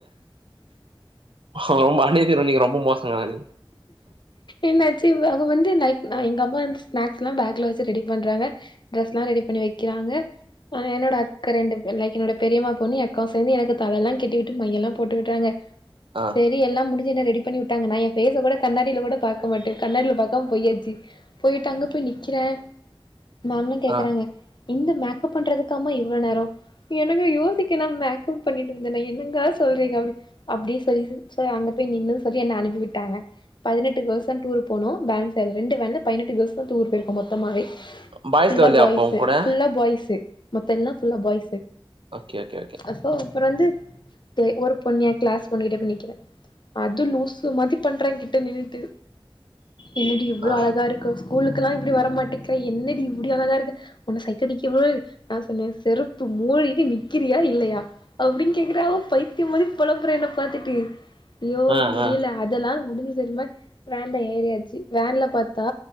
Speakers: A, on the right; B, on the left.
A: ஓ மன்னிச்சிருங்க நீங்க ரொம்ப மோசங்க ஆனாலு
B: என்னாச்சி இவ அவ வந் து லைக் நா எங்க அம்மா வந்து ஸ்நாக்ஸ்லா பேக்ல வெச்சு ரெடி பண்றாங்க டிரெஸ்லா ரெடி பண்ணி வெக்கிறாங்க ஆ என்னோட அக்கா ரெண்டு லைக் என்னோட பெரியமா பொண்ணி எயா அக்காவு சேந்து எனக்கு தலல்லா கெட்டிவிட்டு மையெல்லா போட்டு விட்றாங்க
A: ஆ
B: சேரி எல்லா முடிஞ்சி என்ன ரெடி பண்ணிவுட்டாங்க நா ஏ ஃபேஸ்ஸ கூட கண்ணாடில கூட பாக்க மாட்டே கண்ணாடில பாக்காம பொயாச்சி போயிட்டு அங்க போய் நிக்கிறே மேம்லா கேக்கறாங்க
A: ஆ
B: இந்த மேக்கப் பண்றதுக்காம இவ்ளோ நேரோ எனக்கு யோசிக் க நா மேக்கப் பண்ணிட்டு இருந்தனா என்னங்க சொல்றீங்க அப்டி அப்டி செரி செரி சோ அங்க போய் நின்னு சொல்லி என்ன அனுப்பிவிட் டாங்க பதினெட்டு கேள்ஸ் தா டூர் போனு பேலன்ஸ் ரெண்டு வேன்ல பதினெட்டு கேள்ஸ் தா டூர் போயிருக்கோ மொத்தமாவே
A: பாய்ஸ்லா
B: ஃபுல்லா
A: இல்லையா
B: பாய்ஸ்சு
A: அப்போ உங்க கூட
B: ஃபுல்லா பாய்ஸ்சு மத்த எல்லா ஃபுல்லா பாய்ஸ்சு
A: கேக்க
B: அப்போ அப்றோ வந்து போய் ஒரு பொண்ணு எயா கிளாஸ் பொண்ணு கிட்ட போய் நிக்கிறே அது லூசு மாதி பண்றே கிட்ட நின்னுட்டு என்ன டி இவ்ளோ
A: ஆ
B: அழகா இருக்க ஸ்கூலுக்கு எல்லா இப்டி வரமாட்டேக்கிறே என்ன டி இப்டி அழகா இருக்க உன்ன சைட்டடிக்க போ நா சொன்னே செருப்பு மூடிகிட்டு நிக்கிறியா இல்லையா அப்டின்னு கேக்குறாவ பைத்தியம் மாதி புளம்புறா என்ன பாத்துட்டு ஐயோ
A: ஆ
B: முடியல
A: ஆ
B: அதெல்லா முடிஞ்சி சரிமா வேன்ல ஏறியாச்சி வேன்ல பாத்தா